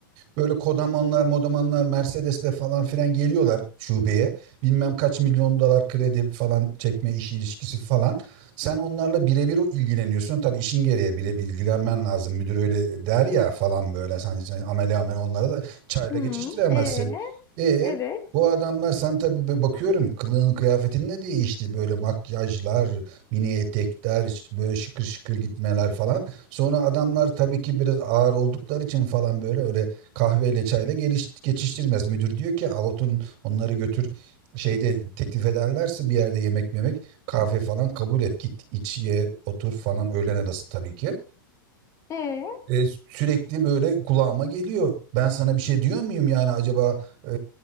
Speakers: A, on the right (about 45°); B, on the left (about 25°).
A: Böyle kodamanlar, modamanlar, Mercedes'le falan filan geliyorlar şubeye. Bilmem kaç milyon dolar kredi falan çekme işi ilişkisi falan. Sen onlarla birebir ilgileniyorsun. Tabii işin gereği birebir ilgilenmen lazım. Müdür öyle der ya falan böyle. Sen, sen amele amele onlara da çayla
B: Hmm,
A: geçiştiremezsin.
B: ee,
A: E
B: evet,
A: bu adamlar sen tabii bir bakıyorum kılığın kıyafetin ne değişti böyle makyajlar, mini etekler, ş- böyle şıkır şıkır gitmeler falan. Sonra adamlar tabii ki biraz ağır oldukları için falan böyle öyle kahveyle çayla geliş, geçiştirmez. Müdür diyor ki al oturun onları götür şeyde teklif ederlerse bir yerde yemek yemek kahve falan kabul et git iç ye otur falan öğlen arası tabii ki.
B: ee.
A: E, sürekli böyle kulağıma geliyor. Ben sana bir şey diyor muyum yani acaba e,